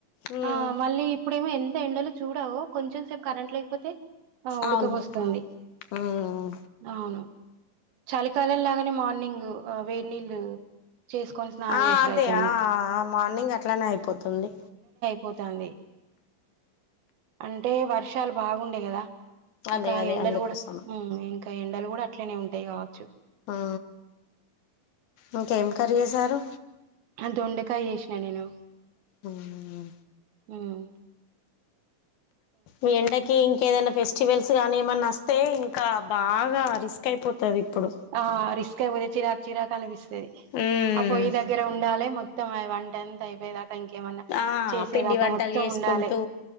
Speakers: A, on the left (about 85°); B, on the right (about 85°).
A: ఉమ్
B: ఆ మళ్ళీ ఇప్పుడేమో ఎంత ఎండలు చూడావో కొంచెం సేపు కరెంట్ లేకపోతే ఆ ఉడకపోస్తుంది
A: అవును ఉమ్
B: అవును చాల ఈ కాలం లాగానే మార్నింగ్ వేడి నీళ్ళు చేసుకొని స్నానం
A: ఆ
B: చేసుడు
A: అదే
B: అయితుంది
A: ఆ మార్నింగ్ అట్లనే అయిపోతుంది
B: పోతుంది అంటే వారి వృక్షాలు బాగుండే కదా
A: అదే
B: ఇంకా
A: అదే
B: ఎండలు
A: అందుకోసం
B: కూడా ఇంకా ఎ ఇక్కడ కూడా అట్నే ఉంటాయి కావచ్చు
A: ఆ ఇంకేం కర్రీ చేసారు
B: అంత వండకాయ చేసినా నేను
A: అవునా
B: హ్మ్
A: ఈ ఎండకి ఇంకేదైనా ఫెస్టివల్స్ గానీ ఏమన్నా వస్తే కా బాగా రిస్క్ అయిపోతది ఇప్పుడు
B: ఆ రిస్క్ అయిపోతే చిరాకు చిరాకు అనిపిస్తది
A: ఉమ్
B: ఆ పొయ్యి దగ్గర ఉండాలేం ఇక మరి వంటంతా అయిపోయినాక ఇంక మన్నా
A: ఆ
B: చేసేదాక
A: పిండి వంటలు
B: మొత్తం
A: చేసుకుంటూ
B: ఉండాలి